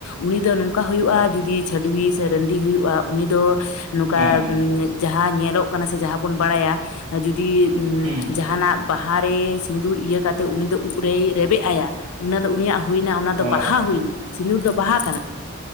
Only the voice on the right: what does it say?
ᱦᱮᱸ ᱦᱮᱸ
ᱦᱮᱸ
ᱚ